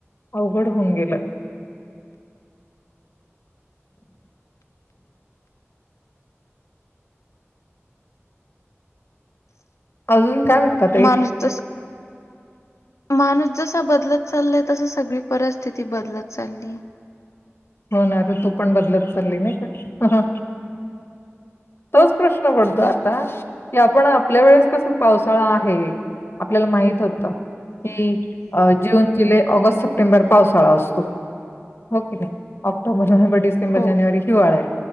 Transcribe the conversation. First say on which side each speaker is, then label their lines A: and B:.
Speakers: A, on the left (about 55°); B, on the left (about 80°).
A: अवघड होऊन गेलं. अजून काय म्हणतात तई?
B: माणूस तस माणूस जसा बदलत चाललाय तस सगळी परिस्थिती बदलत चालली.
A: होणा, तू पण बदलत चालली नाही का? तोच प्रश्न पडतो आता कि, आपण आपल्या वेळेस कस पावसाळा आहे. आपल्याला माहित होत की जून - जुलै ऑगस्ट- सप्टेंबर पावसाळा असतो हो क नाही ऑक्टोबर- नोव्हेंबर. डिसेंबर-
B: हो
A: जानेवारी हिवाळा आहे.